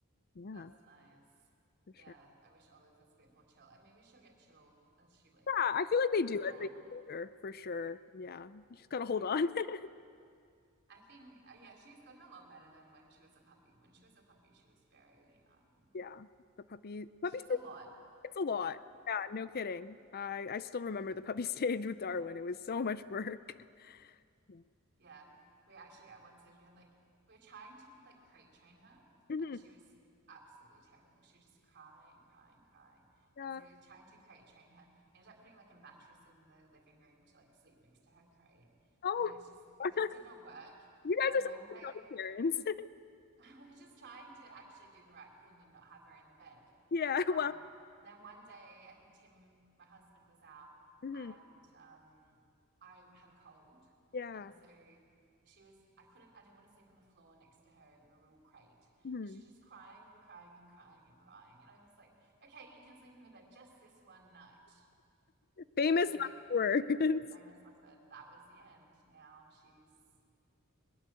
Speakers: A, on the left; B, on the right.
A: Yeah,
B: that's nice.
A: for
B: Yeah,
A: sure.
B: I wish Olive was a bit more chill, and maybe she'll get chill as she like
A: Yeah, I feel like they
B: goes
A: do as
B: on
A: they get older, for sure. Yeah, you just gotta hold on. <laughs>
B: I think, uh, yeah, she's gotten a lot better than when she was a puppy. When she was a puppy, she was very, um,
A: Yeah, the puppy puppy
B: she
A: stage,
B: has a lot.
A: it's a lot. Yeah, no kidding. I I still remember the puppy <laughs> stage with Darwin. It was so much work. Yeah.
B: Yeah. We actually, at one stage, we had like, we were trying to like crate train her,
A: Mhm.
B: and she was absolutely terrible. She would just cry and cry and cry.
A: Yeah.
B: And so we were trying to crate train her. We ended up putting like a mattress in the living room to like sleep next to her crate.
A: Oh,
B: And it's just, it
A: <laughs>
B: just did not work.
A: you guys
B: And then
A: are such
B: one
A: good
B: day,
A: dog parents. <laughs>
B: <laughs> we were just trying to actually do the right thing and not have her in the bed.
A: Yeah.
B: Um,
A: Well.
B: then one day, I think Tim, my husband, was out
A: mhm,
B: and um, I had a cold.
A: Yeah.
B: And so she was, I couldn't, I didn't want to sleep on the floor next to her in the little crate.
A: Mhm.
B: And she was just crying and crying and crying and crying. And I was like, okay, you can sleep in the bed just this one night.
A: Famous
B: Anyway,
A: last words.
B: famous I said that was the end. Now she's